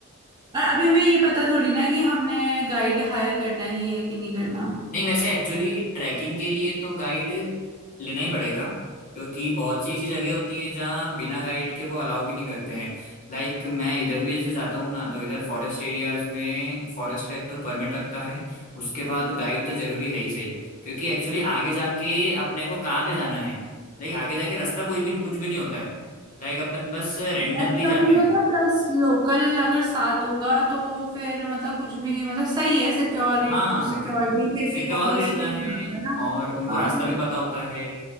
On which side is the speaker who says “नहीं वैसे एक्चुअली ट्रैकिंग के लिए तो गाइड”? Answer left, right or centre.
Left